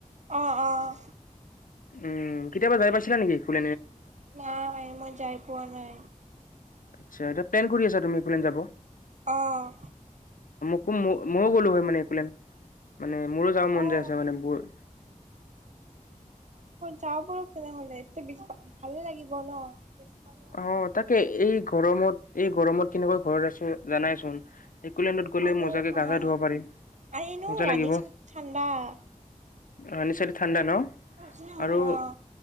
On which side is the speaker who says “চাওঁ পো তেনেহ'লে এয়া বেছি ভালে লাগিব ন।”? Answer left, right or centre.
Right